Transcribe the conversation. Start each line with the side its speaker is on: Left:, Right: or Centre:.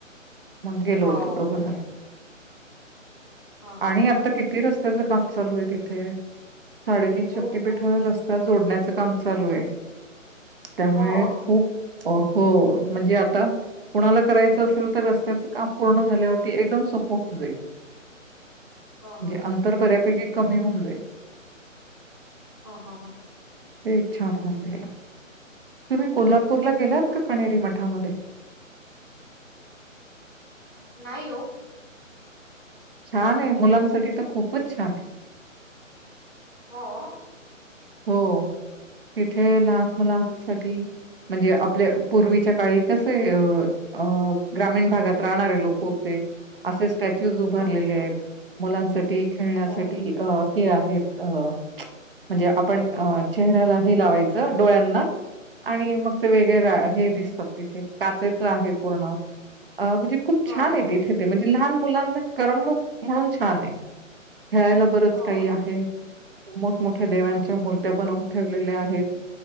Right: मग गेलो
Left: हो
Right: होतो दोघं जणं.
Left: हो
Right: आणि
Left: हो
Right: आता
Left: हो
Right: किती
Left: हो
Right: रस्त्याचं काम चालू आहे तिथ ते साडेतीन
Left: खूप
Right: शक्तीपीठं
Left: खूप लस
Right: रस्ता जोडण्याचं काम चालू आहे. त्यामुळे
Left: हो.
Right: खूप हो म्हणजे आता कुणाला
Left: हम्म
Right: करायचं असेल, तर रस्त्याचं काम पूर्ण झाल्यावरती एकदम सोपं होऊन जाईल.
Left: हा हा
Right: जे
Left: हा.
Right: अंतर बऱ्यापैकी कमी होऊ
Left: हा हा हा.
Right: ते एक छान होऊन गेलं. तुम्ही कोल्हापूरला
Left: हो
Right: गेलात
Left: हो.
Right: का कणेरी मठामध्ये?
Left: नाही ओ.
Right: छान आहे. मुलांसाठी तर खूपचं छान आहे.
Left: हा अं.
Right: हो, तिथे लहान मुलांसाठी म्हणजे आपले पूर्वीच्या काळी कसे अं अं ग्रामीण भागात
Left: हं,
Right: राहणारे लोकं होते. असे स्टॅच्यूज उभारलेले
Left: हो
Right: आहेत. मुलांसाठी, खेळण्यासाठी,
Left: हो.
Right: अं हे आहेत अं म्हणजे आपण
Left: हो
Right: अं चेहऱ्याला हे लावायचं डोळ्यांना आणि मग ते वेगळे हे दिसतात. तिथे काचेचं आहे पूर्ण. म्हणजे खूप छान
Left: हो
Right: आहे
Left: हो.
Right: तिथे ते म्हणजे लहान मुलांना करमणूक म्हणून छान आहे. खेळायला बरंच
Left: हो
Right: काही आहे. मोठमोठ्या देव्यांच्या
Left: हा हा
Right: मूर्त्या बनवून ठेवलेल्या आहेत.